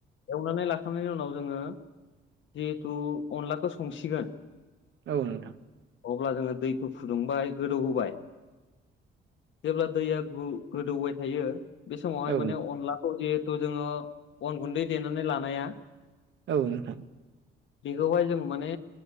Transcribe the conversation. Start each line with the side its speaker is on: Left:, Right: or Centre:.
Left: एवनानै लाखांनायनि उनाव जोङो जिहेथु अनलाखौ संसिगोन।
Right: औ नोंथां।
Left: अब्ला जोङो दैखौ फुदुंबाय गोदौहोबाय। जेब्ला दैया गु गोदौबाय थायो। बे समावहाय
Right: औ
Left: माने अनलाखौ जिहेथु जोङो अन गुन्दै देनानै लानाया।
Right: औ नोंथां।
Left: बेखौहाय जों माने